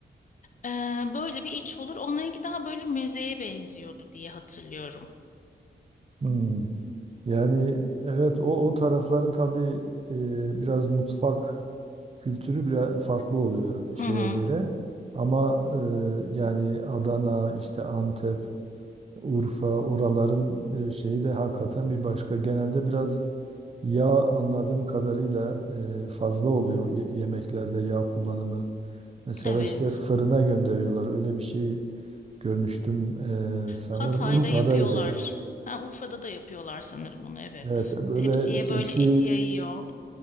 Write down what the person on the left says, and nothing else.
Ee, böyle bir iç olur. Onlarınki daha böyle mezeye benziyordu diye hatırlıyorum.
Hı
hı,
evet.
Hatay'da
yapıyorlar. Ha, Urfa'da da yapıyorlar sanırım onu evet.
Tepsiye
böyle et yayıyor.